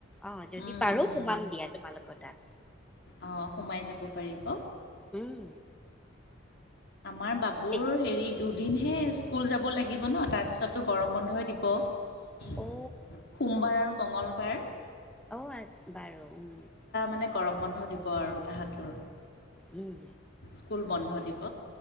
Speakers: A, in the centre; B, on the left.
A: আহ যদি
B: উম,
A: পাৰো
B: উম,
A: সুমাম দিয়া তোমালোকৰ তাত
B: অ সোমাই যাব পাৰিব
A: উম
B: আমাৰ বাবুৰ
A: এতিয়া
B: হেৰি দুদিন হে স্কুল যাব লাগিব ন তাৰপিছতো গৰম বন্ধই দিব সোমবাৰ
A: অ
B: আৰু মঙ্গলবাৰ
A: অ বাৰু উম
B: মানে গৰম বন্ধ দিব আৰু তাহাঁতৰ
A: উম
B: স্কুল বন্ধ দিব